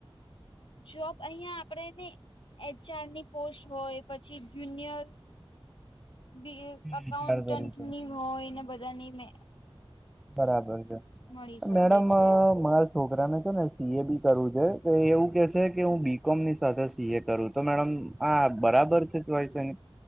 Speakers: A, on the left; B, in the centre.
A: જોબ અહિયાં આપણેે ને એચઆર ની પોસ્ટ હોય પછી જુનિયર બી અકાઉન્ટન્ટ
B: વિચાર તરીકે
A: ની હોય ને બધાની મેં.
B: બરાબર છે
A: મળી શકે
B: મેડમ
A: છે.
B: મા છોકરાને છે ને સી એ બી કરવું છે તો એવું કે છે કે હું બીકોમ ની સાથે સી એ કરું તો મેડમ આ બરાબર છે ચોઈસ એનુ.